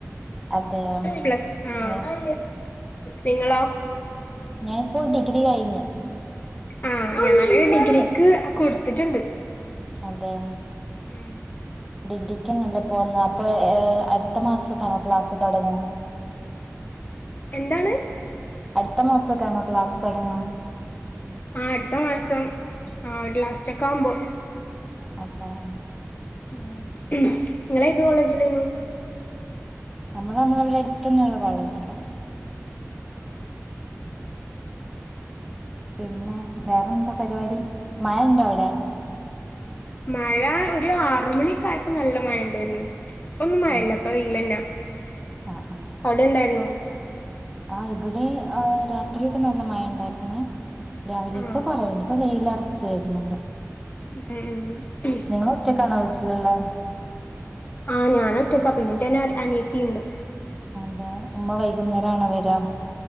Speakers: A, in the centre; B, on the left.
A: അതെയോ
B: പ്ലസ് ആഹ്
A: ഏ,
B: നിങ്ങളോ
A: ഞാൻ ഇപ്പോ ഡിഗ്രി കയിഞ്ഞ്
B: ആഹ് ഞാന് ഡിഗ്രിക്ക് കൊടുത്തിട്ടുണ്ട്
A: അതെയ
B: ഉം
A: ഡിഗ്രിക്ക് നല്ലെ പോന്ന അപ്പൊ ഏഹ് അട്ത്ത മാസകാണോ ക്ലാസ്സ് തോടങ്ങ <inaudible>
B: എന്താണ്
A: അടുത്ത മാസോക്കാണോ ക്ലാസ്സ് തൊടങ്ങാ
B: ആഹ് അട്ത്ത മാസം ആഹ് ലാസ്റ്റ് ഒക്കെ ആവുമ്പോ
A: അതേ
B: ഉം ഇങ്ങള് ഏത് കോളേജിലേനു
A: നമ്മള് നമ്മളെവടെ അടുത്ത്ന്നെള്ള കോളേജ്ല.
B: ആഹ്.
A: പിന്നെ വേറെന്താ പരിപാടി മഴെണ്ടോ അവിടെ
B: മഴ ഒരു ആറ് മണിക്കായപ്പോ നല്ല മഴ എണ്ടേയിരുന്നു. ഇപ്പൊന്നും മഴയില്ല
A: അതെ
B: ഇപ്പൊ വെയിലന്നാ
A: ആഹ്
B: അവ്ടെ ഇണ്ടായിരുന്നോ
A: ആഹ് ഇവിടേ ആഹ് രാത്രിയൊക്കെ നല്ല മഴ ഇണ്ടായിര്ന്ന്. രാവിലെ
B: ആഹ്
A: ഇപ്പ കൊറവെണ്ട് ഇപ്പൊ വെയിലറച്ച് വെര്ന്നെണ്ട്.
B: <unintelligible>
A: നിങ്ങള് ഒറ്റക്കാണോ വീട്ട്ലിള്ളത്
B: ആഹ് ഞാനൊറ്റക്കാ പിന്നിന്റെനെ അനിയത്തീണ്ട്.
A: അതേ ഉമ്മ വൈകുന്നേരം ആണോ വെരാ